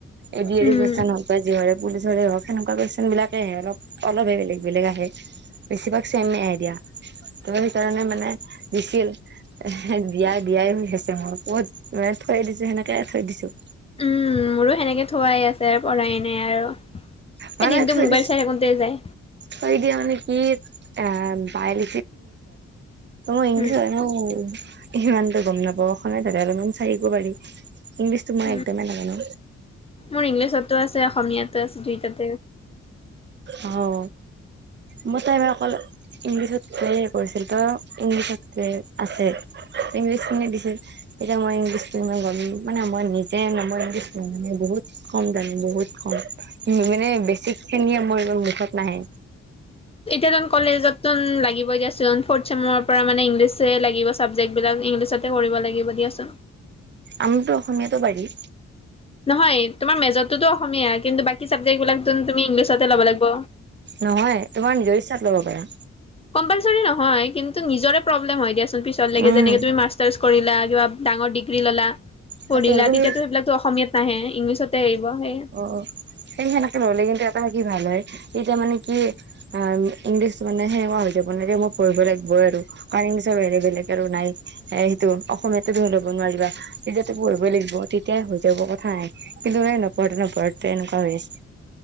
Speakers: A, on the right; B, on the left.
A: এদি য়াৰি
B: উম
A: কুইছেন হক বা জিহৰে পুলিচৰে হওক সেনেকুৱা কুইশন বিলাকে আহে অলপ অলপহে বেলেগ বেলেগ আহে। বেছি ভাগ ছেম এ আহে দিয়া, ত সেইকাৰণে মানে বিছিয়েল এ দিয়া দিয়াই হৈ আছে মই ক'ত মানে থৈ দিছো সেনেকে থৈ দিছো।
B: উম মোৰো সেনেকে থোৱাই আছে আৰু পঢ়াই নাই আৰু।
A: মানে
B: এই দিনটো
A: থৈ
B: মোবাইল
A: দিছ
B: চাই থাকোতে যায়
A: থৈ দিয়া মানে কি আঁহ <inaudible>
B: উম
A: <inaudible> ইমানটো গম নাপাওঁ, অসমীয়াত থকা হ'লে মই চাই দিব পাৰিম, ইংলিছতো মই
B: উম,
A: একদমেই নাজানো।
B: মোৰ ইংলিছতো আছে অসমীয়াতো আছে দুইটাতে।
A: অহও মই <inaudible> অকল ইংলিছ তেৰে কৰিছিল ত ইংলিছ ট্ৰে আছে, ইংলিছ খিনি দিছে। এতিয়া মই ইংলিছটো ইমান গম মানে মই নিজে <inaudible> নজনুৱে বহুত কম জানো বহুত কম, মোৰ মানে বেছিক খিনিয়ে মোৰ ইমান মুখত নাহে।
B: এতিয়াতোন কলেজতটোন লাগিবই দিয়াচোন ফৌৰ্থ ছেমৰ পৰা মানে ইংলিছে লাগিব চাবজেক্ট বিলাক ইংলিছতে কৰিব লাগিব দিয়াচোন।
A: আমিতো অসমীয়াতো বাৰি-
B: নহয়, তোমাৰ মেজৰটোতো অসমীয়া কিন্তু বাকী চাবজেক্ট বিলাকটোন তুমি ইংলিছতে ল'ব লাগিব।
A: নহয়, তোমাৰ নিজৰ ইচ্ছাত ল'ব পাৰা।
B: কম্পালছৰি নহয়, কিন্তু নিজৰে প্ৰব্লেম হয় দিয়াচোন পিছলেকে
A: উম
B: যেনেকে তুমি মাক্স- ষ্টাৰচ কৰিলা, কিবা ডাঙৰ ডিগ্ৰী ল'লা,
A: সেইটো
B: পঢ়িলা,
A: তুমি
B: তেতিয়াটো সেইবিলাক- টো অসমীয়াত নাহে ইংলিছতে আহিব সেই-
A: অ অ' সেই সেনেকে ললে কিন্তু এটা হেৰি ভাল হয়, এতিয়া মানে কি- আ ইংলিছ মানে সেনেকুৱা হৈ যাব নালাগে ময় পঢ়িব লাগিব আৰু। আৰু ইংলিছৰ বাহিৰে বেলেগ আৰু নাই, হে সেইটো অসমীয়াটো তুমি ল'ব নোৱাৰিবা। তেতিয়াতো পঢ়িবই লাগিব, তেতিয়া হৈ যাব কথা নাই। কিন্তু মানে নপঢ়োঁতে নপঢ়োঁতে এনেকুৱা হৈ আছে।